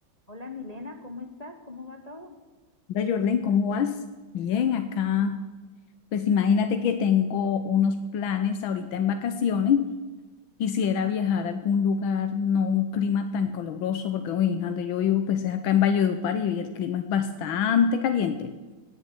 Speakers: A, on the left (about 25°); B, on the left (about 80°).
A: Hola Milena, ¿cómo estás? ¿Cómo va todo?
B: Hola Jorlen, ¿cómo vas? Bien, acá. Pues imagínate que tengo unos planes ahorita en vacaciones. Quisiera viajar a algún lugar, no un clima tan caluroso, porque uy, donde yo vivo, pues es acá en Valledupar y y el clima es bastante caliente.